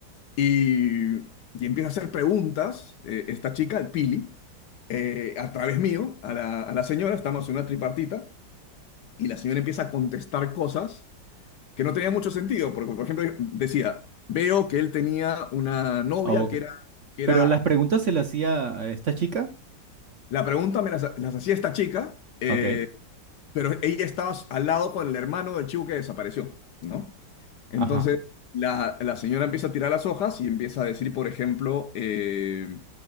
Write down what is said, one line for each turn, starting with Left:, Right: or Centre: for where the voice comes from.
Left: Y, y empieza a hacer preguntas, eh, esta chica, el Pili, eh, a través mío, a la, a la señora, estamos en una tripartita y la señora empieza a contestar cosas que no tenía mucho sentido, porque por ejemplo decía, veo que él tenía una novia
Right: Ah, ok.
Left: que era, que
Right: Pero
Left: era,
Right: las preguntas se las hacía a esta chica.
Left: la pregunta me las, las hacía esta chica, eh,
Right: Ok.
Left: pero ella estaba al lado con el hermano del chico que desapareció, ¿no? Entonces,
Right: Ajá.
Left: la, la señora empieza a tirar las hojas y empieza a decir, por ejemplo, eh,